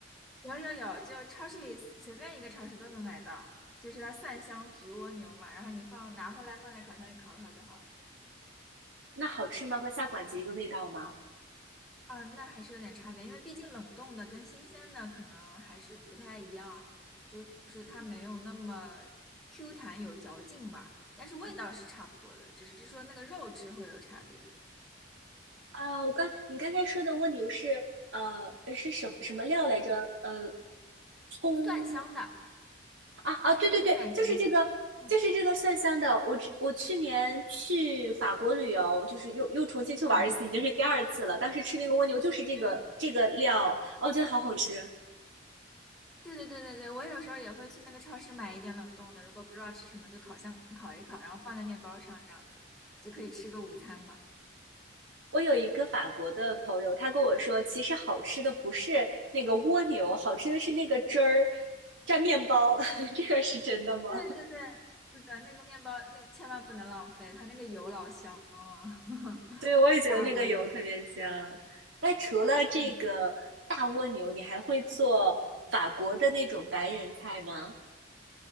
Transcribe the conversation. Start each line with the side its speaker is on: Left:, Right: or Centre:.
Centre: 有有有，就超市里随便一个超市都能买到，就是它蒜香焗蜗牛嘛，然后你放拿回来放在烤箱里烤烤就好了。
Right: 那好吃吗？和下馆子一个味道吗？
Centre: 啊，那还是有点差别，因为毕竟冷冻的跟新鲜的可能还是不太一样，就是它没有那么 Q 弹有嚼劲吧，但是味道是差不多的，只是说那个肉质会有差别。
Right: 啊，我刚你刚才说的蜗牛是呃呃是什么什么料来着？呃，葱
Centre: 蒜香的，
Right: 啊啊，
Centre: 它就是蒜香的
Right: 对对对，就是这个，
Centre: 嗯
Right: 就是这个蒜香的。我之我去年去法国旅游，就是又又重新去玩一次，
Centre: 嗯
Right: 已经是第二次了。当时吃那个蜗牛就是这个这个料，
Centre: 嗯。嗯
Right: 哦，我觉得好好吃。
Centre: 对对对对对，我有时候也会去那个超市买一点冷冻的，如果不知道吃什么，就烤箱烤一烤，然后放在面包上，这样子就可以吃个午餐嘛。
Right: 我有一个法国的朋友，他跟我说，其实好吃的不是那个蜗牛，好吃的是那个汁儿蘸面包。
Centre: 嗯，
Right: <laughs> 这个是真的吗？
Centre: 对对对，是的，那个面包那千万不能浪费，它那个油老香了，<laughs>
Right: 对，我也觉得那个油特别香。
Centre: 大蜗牛。
Right: 那除了这个大蜗牛，
Centre: 嗯。
Right: 你还会做法国的那种白人菜吗？